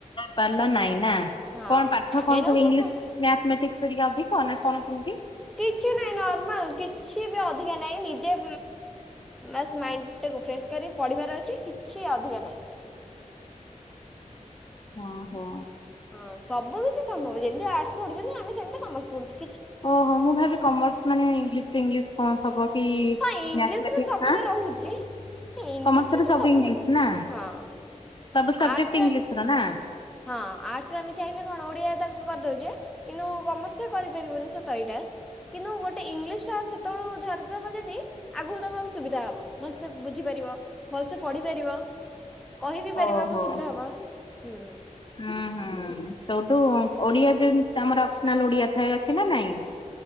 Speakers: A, on the left; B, in the centre.
A: ପାରିଲ ନାଇଁ ନା
B: ହଁ
A: କଣ ପାଠ
B: ମେନ୍
A: କଣ ସବୁ
B: ହଉଛି
A: ଇଂଲିଶ ମ୍ୟାଥ୍ମେଟିକ୍ସ୍ ହେରିକା ଅଧିକ ନା କଣ କେମିତି?
B: କିଛି ନାଇଁ ନର୍ମାଲ୍ କିଛି ବି ଅଧିକା ନାଇଁ ନିଜେ ବାସ୍ ମାଇ ଫ୍ରେସ୍ କରି ପଢ଼ିବାର କିଛି ଅଧିକା ନାଇ
A: ଅ ହୋ।
B: ହଁ ସବୁ କିଛି ସମ୍ଭବ ଯେମିତି ଆର୍ଟସ ପଢୁଛନ୍ତି ଆମେ ସେମିତି କମର୍ସ ପଢୁଛୁ
A: ଓହୋ ମୁଁ ଭାବିଲି କମର୍ସ ମାନେ ଇଙ୍ଗଲିସ୍ ଟୁ ଇଙ୍ଗଲିସ୍ କଣ ଥବ କି
B: ହଁ ଇଂଲିଶରେ
A: ମ୍ୟାଥିମେଟିକ୍ସ୍
B: ସବୁ
A: ହାଁ।
B: ତ ରହୁଛି ଇଂଲିଶରେ
A: କମର୍ସରେ
B: ତ ସବୁ
A: ଇଂଲିଶ
B: ରହିଲା
A: ନା
B: ହଁ
A: ସବୁ ସବଜେକ୍ଟ
B: ଆର୍ଟ୍ସ ରେ
A: ଇଂଲିଶ ର ନା
B: ହଁ ଆର୍ଟ୍ସରେ ଆମେ ଚାହିଁଲେ କଣ ଓଡିଆ ତା ଉଚେ କିନ୍ତୁ କମର୍ସରେ କରିପାରିବୁନି ସତ ଏଇଟା କିନ୍ତୁ ଗୋଟେ ଇଂଲିସ ଟା ସେତେ ବେଳ ଧ ଯଦି ଆଗକୁ ତମେ ସୁବିଧା ହବ ଭଲସେ ବୁଝିପାରିବ ଭଲସେ ପଢିପାରିବ କହିିବି ପାରିବାକୁ
A: ଓହୋ
B: ସୁବିଧା ହବ ହୁଁ
A: ହୁଁ ହୁଁ ସୋଉଟୁ ଓଡିଆ ଯେ ଆମର ଅପସ୍ନାଲ୍ ଓଡିଆ ଥାଏ ଅଛି ନା ନାଇଁ